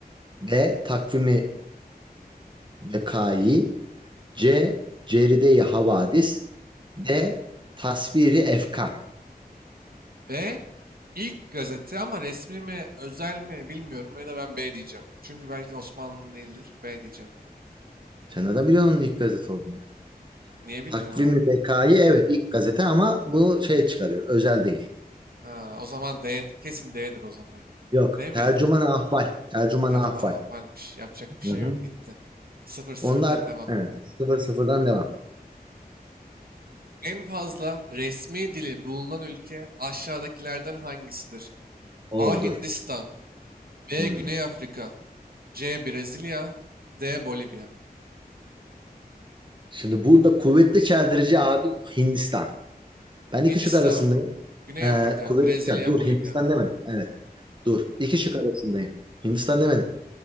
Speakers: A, on the right (about 30°); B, on the right (about 65°).
A: B. Takvimi Vekayi C. Ceride-i Havadis D. Tasviri Efkar.
B: B ilk gazete ama resmi mi özel mi bilmiyorum. Ya da ben B diyeceğim. Çünkü belki Osmanlı değildir. B diyeceğim.
A: Sen nereden biliyorsun onun ilk gazete olduğunu ya?
B: Niye bilmeyeyim
A: Takvimi
B: abi?
A: Vekayi evet ilk gazete ama bunu şey çıkarıyor. Özel değil.
B: Ha, o zaman D kesin D'dir o zaman. ya.
A: Yok.
B: D miydi?
A: Tercüman ahval. Tercüman
B: Tercüman
A: ahval.
B: affaymış. Yapacak bir şey
A: Hı hı.
B: yok gitti. Sıfır sıfırdan
A: Onlar
B: devam.
A: evet. Sıfır sıfırdan devam.
B: En fazla resmi dili bulunan ülke aşağıdakilerden hangisidir?
A: Oo
B: A.
A: dur.
B: Hindistan B.
A: Hmm.
B: Güney Afrika C. Brezilya D. Bolivya
A: Şimdi burada kuvvetli çeldirici abi Hindistan. Ben iki
B: Hindistan,
A: şık arasındayım.
B: Güney
A: Ee,
B: Afrika,
A: kuvvetli
B: Brezilya,
A: çel- Dur
B: Bolivya.
A: Hindistan demedim. Evet. Dur. İki şık arasındayım. Hindistan demedim.